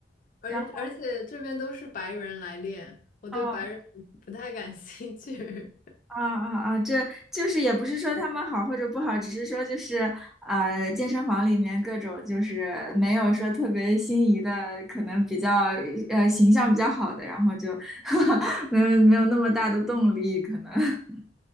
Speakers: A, on the left; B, in the centre.
A: 而而且这边都是白人来练，
B: 然后。
A: 我对白人不太感兴趣。
B: 哦啊啊啊！这就是也不是说他们好或者不好，只是说就是呃，健身房里面各种就是没有说特别心仪的，可能比较呃形象比较好的，然后就 <laughs> 没有没有那么大的动力，可能。<laughs>